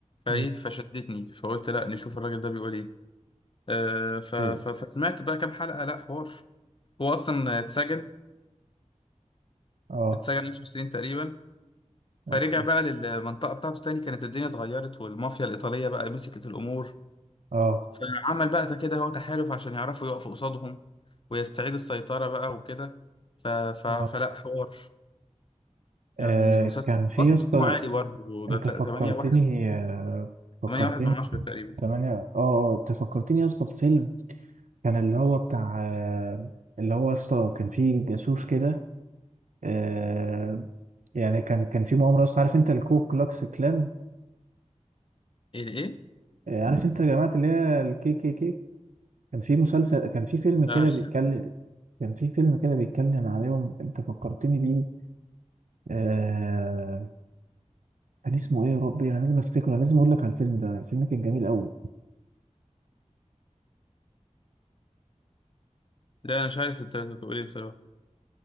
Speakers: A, on the left; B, on the right.
A: فايه
B: م.
A: فشدتني فقلت لا نشوف الراجل ده بيقول ايه آه ف ف
B: إيه.
A: فسمعت بقى كام حلقه لا حوار هو اصلا اتسجن
B: اه
A: اتسجن 10 سنين تقريبا فرجع
B: اوكي
A: بقى للمنطقه بتاعته تاني كانت الدنيا اتغيرت والمافيا الايطاليه بقى مسكت الامور
B: اه
A: فعمل بقى ده كده هو تحالف عشان يعرفوا يقفوا قصادهم ويستعيد السيطرة بقى وكده ف... ف...
B: اه
A: فلا حوار يعني
B: آه،
A: المسلسل
B: كان في
A: أصلا
B: يسطا
A: تقييمه عالي برضه
B: انت
A: ده ت-
B: فكرتني
A: 8 واحد
B: آه، فكرتني
A: 8 واحد من عشرة تقريبا
B: تمانية اه اه انت فكرتني يا اسطى بفيلم كان اللي هو بتاع آه، اللي هو يا اسطى كان فيه جاسوس كده آه، يعني كان كان في مؤامرة يا اسطى عارف انت الكو كلوكس كلان
A: إيه ده إيه؟
B: آه، عارف انت يا جماعة اللي هي الكي كي كي كان في مسلسل كان في فيلم
A: لا
B: كده بيتكلم كان في فيلم كده بيتكلم عليهم انت فكرتني بيه آه، كان اسمه ايه يا ربي انا لازم افتكره انا لازم اقول لك على الفيلم ده الفيلم كان جميل قوي
A: لا <laughs> أنا مش عارف أنت بتقول إيه بصراحة